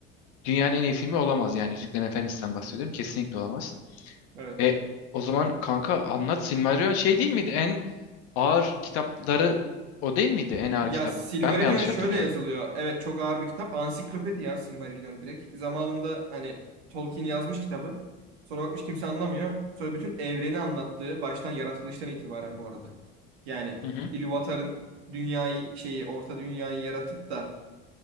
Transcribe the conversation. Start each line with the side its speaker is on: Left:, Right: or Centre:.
Left: Dünyanın en iyi filmi olamaz yani. Yüzüklerin Efendisi'nden bahsediyorum. Kesinlikle olamaz.
Right: Evet.
Left: E o zaman kanka anlat. Silmarillion şey değil miydi? En ağır kitapları o değil miydi? En ağır
Right: Ya
Left: kitabı.
Right: Silmarillion
Left: Ben mi yanlış
Right: şöyle
Left: hatırlıyorum?
Right: yazılıyor. Evet çok ağır bir kitap. Ansiklopedi ya Silmarillion direkt. Zamanında hani Tolkien yazmış kitabı. Sonra bakmış kimse anlamıyor. Sonra bütün evreni anlattığı baştan yaratılıştan itibaren bu arada. Yani
Left: Hı hı.
Right: Ilúvatar'ın dünyayı şeyi orta dünyayı yaratıp da